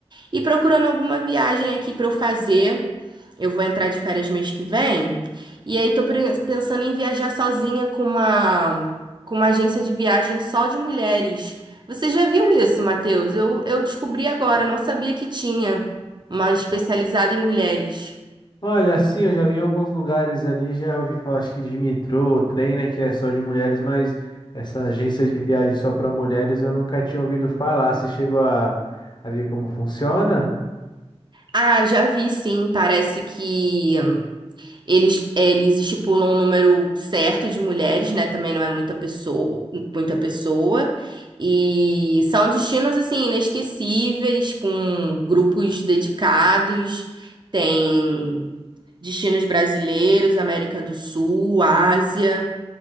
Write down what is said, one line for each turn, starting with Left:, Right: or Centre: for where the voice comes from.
Right: E procurando alguma viagem aqui pra eu fazer. Eu vou entrar de férias mês que vem. E aí tô pre- pensando em viajar sozinha com uma com uma agência de viagem só de mulheres. Você já viu isso, Matheus? Eu, eu descobri agora, não sabia que tinha uma especializada em mulheres.
Left: Olha, assim, eu já vi em alguns lugares ali, já ouvi falar, acho que de metrô, trem, né, que é só de mulheres, mas essa agência de viagem só para mulheres eu nunca tinha ouvido falar. Você chegou a, a ver como funciona?
Right: Ah, já vi sim. Parece que Eles, eles estipulam um número certo de mulheres, né? Também não é muita pessoa, muita pessoa. E são destinos assim inesquecíveis, com grupos dedicados. Tem destinos brasileiros, América do Sul, Ásia,